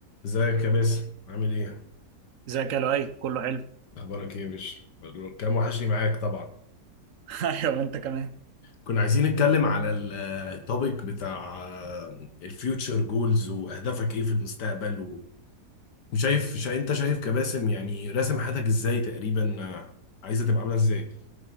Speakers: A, on the left (about 80°); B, on the right (about 55°).
A: ازيك يا باسم عامل ايه
B: ازيك يا لؤي كله حلو
A: اخبارك ايه يا باشا مبروك. كان وحشني معاك طبعا
B: <laughs> ايوه وانت كمان
A: كنا عايزين نتكلم على التوبيك بتاع الفيوتشر جولز واهدافك ايه في المستقبل و- وشايف شا انت شايف كباسم يعني راسم حياتك ازاي تقريبا آه، عايزه تبقى عامله ازاي